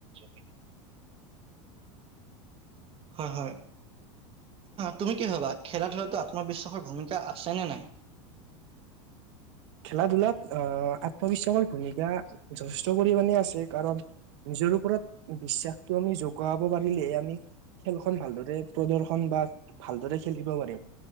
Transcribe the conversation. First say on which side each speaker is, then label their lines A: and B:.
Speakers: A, on the right; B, on the right.
A: <inaudible> হয়, হয়। তুমি কি ভাবা খেলা ধূলাটো আত্মবিশ্বাসৰ ভূমিকা আছেনে নাই। <inaudible>
B: খেলা ধূলাত আহ আত্মবিশ্বাসৰ ভূমিকা যথেষ্ট পৰিমানে আছে কাৰণ নিজৰ ওপৰত বিশ্বাসতটো আমি যগাব পাৰিলেহে আমি খেলখন ভালদৰে প্ৰদৰ্শন বা ভালদৰে খেলিব পাৰিম